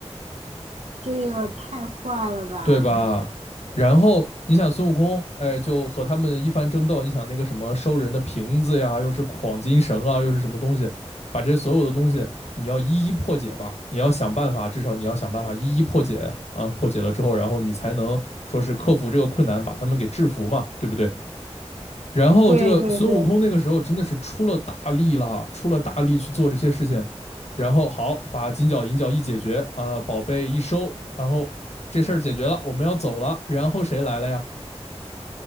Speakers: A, on the right (about 80°); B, on the left (about 70°).
A: 这个太坏了吧？
B: 对吧？然后你想孙悟空，哎，就和他们一番争斗。你想那个什么收人的瓶子呀，又是晃金绳啊，又是什么东西，把这所有的东西你要一一破解吧，你要想办法，至少你要想办法一一破解啊。破解了之后，然后你才能说是克服这个困难，把他们给制服嘛，对不对？然后这个孙悟空那个时候真的是出了大力了，
A: 对对对，
B: 出了大力去做这些事情，然后好把金角银角一解决啊、呃宝贝一收，然后这事儿解决了，我们要走了，然后谁来了呀？